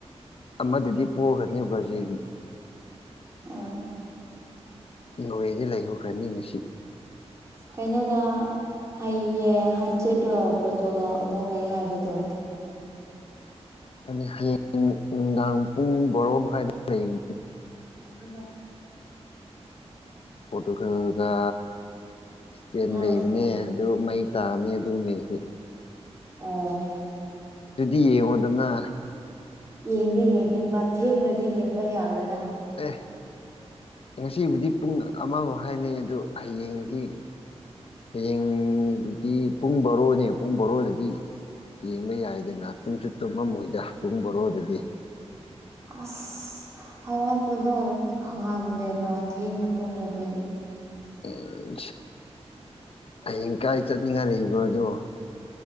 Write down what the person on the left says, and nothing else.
ꯑꯃꯗꯗꯤ ꯄꯈ꯭ꯔꯅꯤ ꯕꯔꯖꯤꯒꯤ
ꯅꯣꯔꯋꯦꯗ ꯂꯩꯍꯧꯈ꯭ꯔꯗꯤ ꯉ ꯑꯁꯤ
ꯑ ꯍꯌꯦꯡ ꯅꯨꯡꯗꯥꯡ ꯄꯨꯡ ꯕꯣꯔꯣ ꯃꯈꯥꯏꯗ ꯂꯩꯕ
ꯄꯣꯔꯇꯨꯒꯜꯒ ꯏꯁꯄꯦꯟ
ꯂꯩꯕꯅꯦ ꯑꯗꯨ ꯃꯩ ꯇꯥꯅꯤ ꯑꯗꯨꯒ ꯃꯗꯤ
ꯑꯗꯨꯗꯤ ꯌꯦꯉꯗꯅ
ꯇꯦ ꯉꯁꯤꯕꯨꯗꯤ ꯄꯨꯡ ꯑꯃ ꯃꯈ ꯍꯥꯏꯥꯏꯅꯤ ꯑꯗꯨ ꯍꯌꯦꯡꯗꯤ ꯍꯌꯦꯡꯗꯨꯗꯤ ꯄꯨꯡ ꯕꯥꯣꯔꯣꯅꯦ ꯄꯨꯡ ꯕꯥꯣꯔꯣꯗꯗꯤ ꯌꯦꯡꯕ ꯌꯥꯏꯗꯅ ꯇꯨꯝꯁꯨ ꯇꯨꯝꯃ ꯃꯣꯏꯗ ꯄꯨꯡ ꯕꯣꯔꯣꯗꯗꯤ
ꯎꯝ ꯍꯌꯤꯡ ꯀꯥꯏ ꯆꯠꯅꯤꯡꯉꯥꯏ ꯂꯩꯕ꯭ꯔꯣꯗꯣ